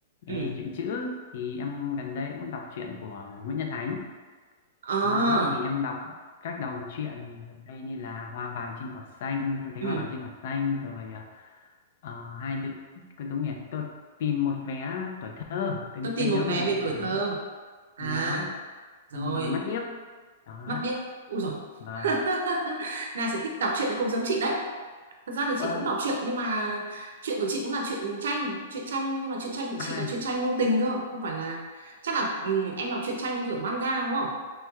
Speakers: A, on the left; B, on the right.
A: Ê,
B: ừ.
A: truyện chữ thì em gần đây cũng đọc truyện của Nguyễn Nhật Ánh
B: À,
A: Đúng rồi đó. Thì em đọc các, các đầu truyện gần đây như là Hoa vàng trên cỏ xanh, tôi thấy
B: ừ.
A: Hoa vàng trên cỏ xanh rồi ờ, ờ, hai đứa cái đúng nhỉ, tôi tìm một vé tuổi thơ, Tôi-
B: Tôi tìm
A: em nhớ
B: một vé
A: nhầm cái
B: về
A: chuyện
B: tuổi thơ.
A: thế.
B: À,
A: đó
B: rồi.
A: xong rồi mắt biếc. Đó,
B: Mắt biết. Ui rồi.
A: vâng.
B: <laughs> Này sở thích đọc truyện thì cũng giống chị đấy. Thật ra thì
A: Vâng.
B: chị cũng đọc truyện nhưng mà truyện của chị cũng là truyện tranh, truyện tranh nhưng mà truyện tranh của
A: À,
B: chị là truyện tranh ngôn tình cơ, không phải là chắc là ừ, em đọc truyện tranh kiểu manga đúng không?